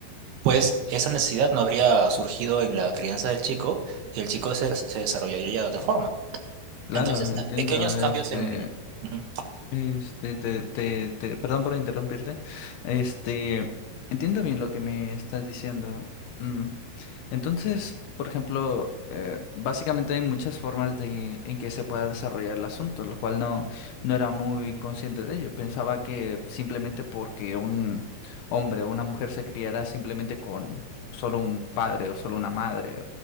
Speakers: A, on the right; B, on the left.
A: pues esa necesidad no habría surgido en la crianza del chico y el chico se, se desarrollaría de otra forma.
B: claro,
A: Entonces,
B: entiendo,
A: pequeños cambios
B: este.
A: en el... Ujú.
B: Este, te, te, te- perdón por interrumpirte. Este, entiendo bien lo que me estás diciendo. Mm, Entonces, por ejemplo, eh, básicamente hay muchas formas de en que se pueda desarrollar el asunto, lo cual no, no era muy consciente de ello. Pensaba que simplemente porque un hombre o una mujer se criara simplemente con solo un padre o solo una madre